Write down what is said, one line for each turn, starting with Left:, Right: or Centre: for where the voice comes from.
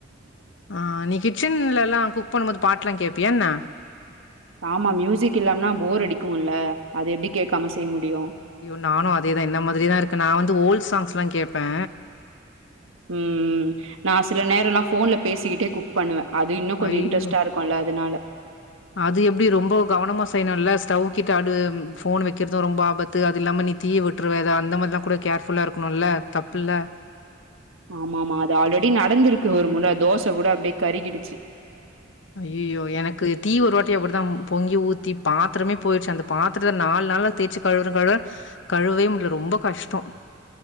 Left: ஆ நீ கிச்சன்லல்லா குக் பண்ணும்போது பாட்லா கேப்பியா என்ன
Right: ஆமா மியூசிக் இல்லாம்னா போர் அடிக்குல்ல அது எப்டி கேக்காம செய்யமுடியு
Left: ஐயோ நானு அதேதா என்ன மாதிரிதா இருக்க நா வந்து ஓல்ட் சாங்ஸ்ல்லா கேப்பே
Right: ம் நா சில நேரல்லா போன்ல பேசிகிட்டே குக் பண்ணுவ அது இன்னும் கொஞ்சோ
Left: ஐயோ!
Right: இன்ட்ரஸ்ட்ட இருக்குல்ல அதுனால
Left: அது எப்டி ரொம்ப கவனமா செய்ணுல்ல ஸ்டவ் கிட்ட அடு ஃபோன் வக்கிறது ரொம்ப ஆபத் த்து அது இல்லாம நீ தீய விட்டுருவ அத அந்த மாதிரிலா கூட கேர்ஃபுல்லா இருக்கணு தப்புல்ல
Right: ஆமா ஆமா அது ஆல்ரெடி நடந்திருக்கு ஒரு முற தோச கூட அப்டியே கறிகிடிச்சு
Left: அய்யய்யோ எனக்கு டீ ஒரு வாட்டி அப்படித்தா பொங்கி ஊத்தி பாத்ரமே பொயிருச்சு அந்த பாத்திரத்த நால் நாளா தேச்சு கழுவுர கழுவுர கழுவே முடில ரொம்ப கஷ்டோ